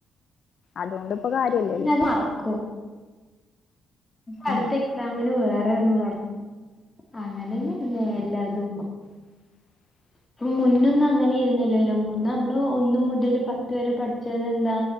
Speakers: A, on the left (about 60°); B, on the left (about 20°).
A: അതുകൊണ്ട് ഇപ്പൊ കാര്യല്ലല്ലോ
B: പിന്നെ അത് അറക്കും അടുത്ത
A: ഉം
B: എക്സാമിന് വേറെ ഒന്ന് കാണണം അങ്ങനെ തന്നെയല്ലേ എല്ലാതും
A: <inaudible>
B: ഇപ്പം മുന്നൊന്നും അങ്ങനെ ആയിരുന്നില്ലല്ലോ മുന്ന് നമ്മൾ ഒന്ന് മുതൽ പത്ത് വരെ പഠിച്ചത് എന്താ